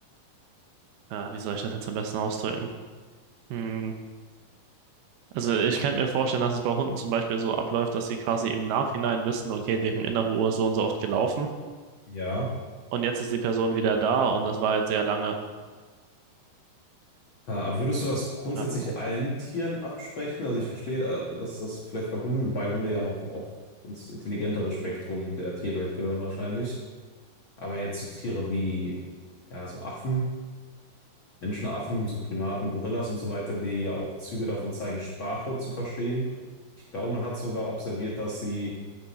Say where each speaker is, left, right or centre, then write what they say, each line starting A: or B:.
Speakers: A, on the right; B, on the left.
A: Ja, wie soll ich das jetzt am besten ausdrücken? Hm. Also ich könnte mir vorstellen, dass es bei Hunden zum Beispiel so abläuft, dass sie quasi im Nachhinein wissen, okay, deren innere Uhr ist so und so oft gelaufen
B: ja.
A: und jetzt ist die Person wieder da und das war jetzt sehr lange.
B: Äh, würdest du das grundsätzlich
A: Oder wobei.
B: allen Tieren absprechen? Also ich verstehe, äh, dass das vielleicht bei Hunden, wobei Hunde ja noch auf ins intelligentere Spektrum der Tierwelt gehören wahrscheinlich. Aber jetzt so Tiere wie, ja, so Affen, Menschenaffen, so Primaten, Gorillas und so weiter, die ja auch Züge davon zeigen, Sprache zu verstehen. Ich glaube, man hat sogar observiert, dass sie